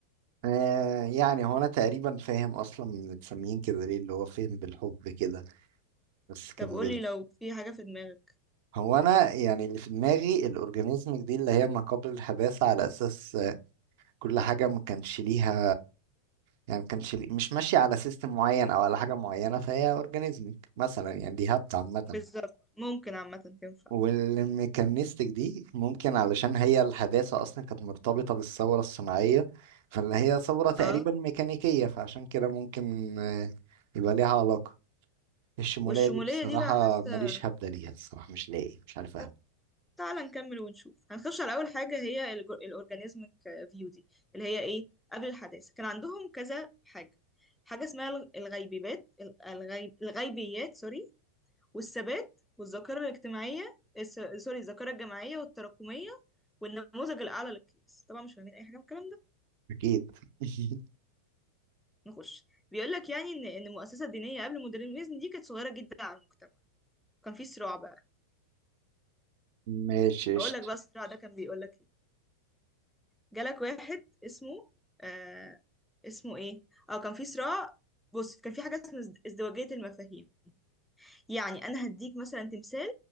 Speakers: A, on the right; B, in the centre.
A: آه، يعني هو انا تقريبا فاهم اصلا متسميين كده ليه اللي هو فهم بالحب كده بس كملي
B: طب قولي لو في حاجة في دماغك
A: هو انا يعني اللي في دماغي الاورجانيزمك دي اللي هي ما قبل الحداثه على اساس آه، كل حاجه ما كانش ليها يعني ما كانش لي- مش ماشيه على سيستم معين او على حاجه معينه فهي اورجانيزمك مثلا يعني دي هبت عامه
B: بالظبط ممكن عامة تنفع
A: والميكانيستك دي ممكن علشان هي الحداثة أصلا كانت مرتبطة بالثورة الصناعية فاللي هي ثورة تقريبا
B: اه
A: ميكانيكية فعشان كده ممكن آه، يبقى ليها علاقة الشمولية
B: والشمولية
A: دي بصراحة
B: دي بقى حاسة
A: ماليش هبدة ليها الصراحة مش لاقي مش عارف أهبد
B: طب تعالى نكمل ونشوف هنخش على أول حاجة هي الأورجانيزمك فيو دي اللي هي ايه قبل الحداثة كان عندهم كذا حاجة حاجة اسمها الغيبيبات الغيب الغيبيات سوري والثبات والذاكرة الاجتماعية الس- سوري الذاكرة الجماعية والتراكمية والنموذج الأعلى للقياس طبعا مش فاهمين أي حاجة من الكلام ده
A: أكيد <laughs>
B: نخش بيقول لك يعني إن إن المؤسسة الدينية قبل المودرنيزم دي كانت صغيرة جدا على المجتمع كان في صراع بقى
A: ماشي قشطة
B: هقول لك بقى الصراع ده كان بيقول لك إيه جالك واحد اسمه آه اسمه إيه أه كان في صراع بص كان في حاجة اسمها ازد- ازدواجية المفاهيم يعني أنا هديك مثلا تمثال